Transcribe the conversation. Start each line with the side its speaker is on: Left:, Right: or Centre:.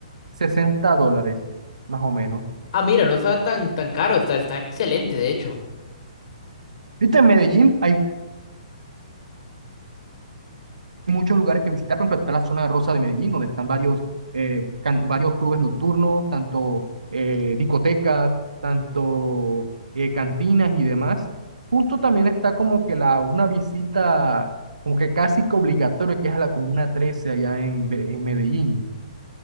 Right: 60 dólares, más o menos.
Left: Ah, mira, no está tan, tan caro, está, está excelente, de hecho.
Right: Viste,
Left: Y-
Right: en Medellín hay muchos lugares que visitar, por ejemplo, está la zona rosa de Medellín, donde están varios, eh, can- varios clubes nocturnos, tanto eh, discotecas, tanto eh, cantinas y demás. Justo también está como que la, una visita como que casi que obligatoria, que es a la Comuna 13 allá en, Be- en Medellín.